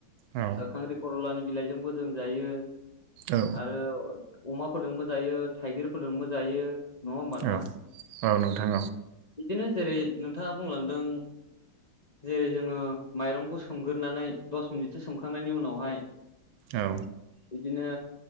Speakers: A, on the right (about 75°); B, on the left (about 80°).
A: औ
B: ओ खांख्रि खरलानि बिलाइजोंबो जों जायो।
A: औ
B: आरो अमाफोरजोंबो जायो थाइगिरफोरजोंबो जायो। नङा होमबा नोंथां
A: औ औ नोंथां
B: बिदिनो जेरै नोंथाङा बुंलांदों जेरै जोङो माइरंखौ सोमग्रोनानै दस मिनिटसो सोमखांनायनि उनावहाय
A: औ
B: बिदिनो